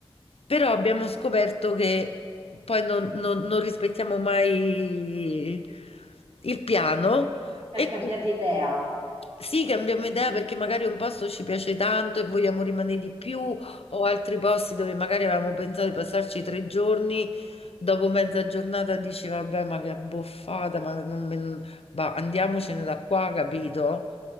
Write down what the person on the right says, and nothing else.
hai cambiato
idea.